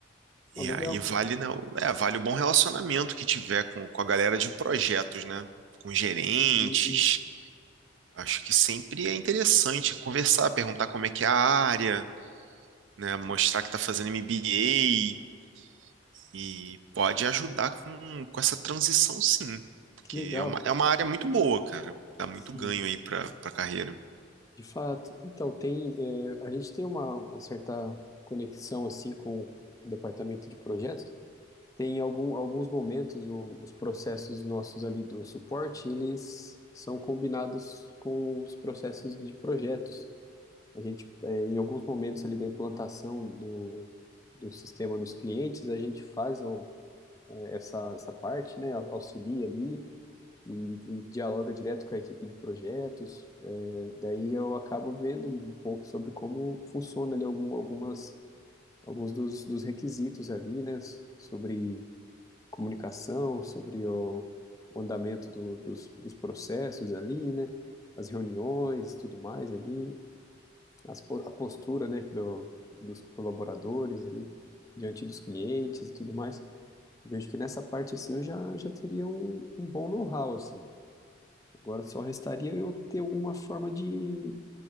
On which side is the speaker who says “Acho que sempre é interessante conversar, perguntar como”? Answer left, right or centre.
Right